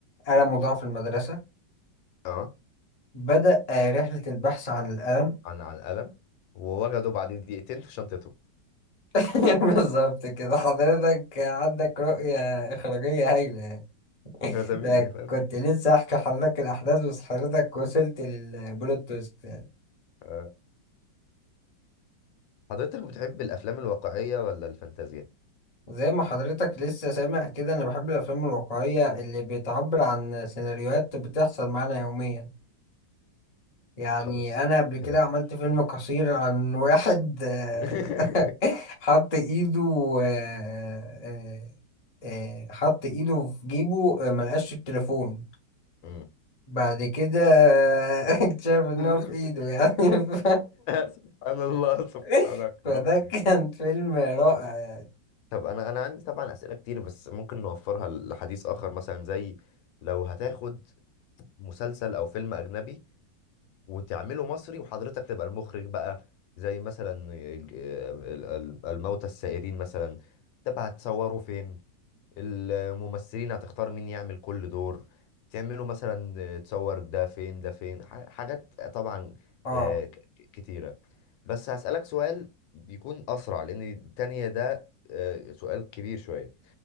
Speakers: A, on the left (about 50°); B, on the left (about 80°).
A: ألمه ضاع في المدرسة
B: اه
A: بدأ آه رحلة البحث عن الألم
B: عن عن قلم ووجده بعد دقيقتين في شنطته
A: <laughs> بالظبط كده حضرتك عندك رؤية إخراجية هايلة
B: <laughs> يا زميلي
A: ده
B: فاهم
A: كنت لسه احكي حضرتك الاحداث بس حضرتك وصلت للبلوت تويست يعني
B: آه. حضرتك بتحب الافلام الواقعية ولا الفانتازيا
A: زي ما حضرتك لسه سامع كده انا بحب الافلام الواقعيه اللي بتعبر عن سيناريوهات بتحصل معانا يوميا يعني
B: خلاص
A: انا قبل كده
B: كلام
A: عملت فيلم
B: كلام
A: قصير عن واحد آه،
B: <laughs>
A: <laughs> حط ايده آه، آه، آه، حط ايده في جيبه آه، ملقاش التليفون
B: مم.
A: بعد كده <laughs> اكتشف ان
B: <laughs>
A: هو في ايده يعني <laughs>
B: سبحان الله سبحانك
A: <laughs> فده
B: يا رب
A: كان فيلم رائع يعني
B: طب انا انا عندي طبعا اسئله كتير بس ممكن نوفرها لحديث اخر مثلا زي لو هتاخد مسلسل او فيلم اجنبي وتعمله مصري وحضرتك تبقى المخرج بقى زي مثلا ج- ال- ال- الموتى السائرين مثلا تبقى هتصوره فين الممثلين هتختار مين يعمل كل دور تعمله مثلا تصور ده فين ده فين ح- حاجات طبعا
A: اه
B: آه، ك- كتيرة بس هسألك سؤال بيكون أسرع لأن التانية ده آه، سؤال كبير شوية